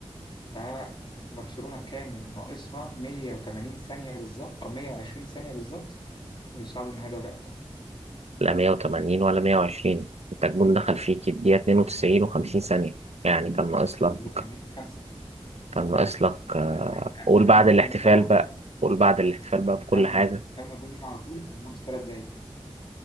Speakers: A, on the left; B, on the right.
A: فبرشلونة كان ناقصها 180 ثانية بالظبط أو 120 ثانية بالظبط ويصعدوا لنهائي دوري أبطال
B: لا 180 ولا 120 انت الجون دخل فيك الدقيقه 92 و50 ثانيه يعني كان ناقص لك
A: هو كان مدي خمسة
B: كان ناقص لك
A: يعني
B: قول
A: قبل
B: بعد
A: ما الجون
B: الاحتفال
A: يجي على
B: بقى
A: طول
B: قول بعد الاحتفال بقى بكل
A: قبل
B: حاجه
A: ما الجون قبل ما الجون يجي على طول كان ناقص ثلاث دقايق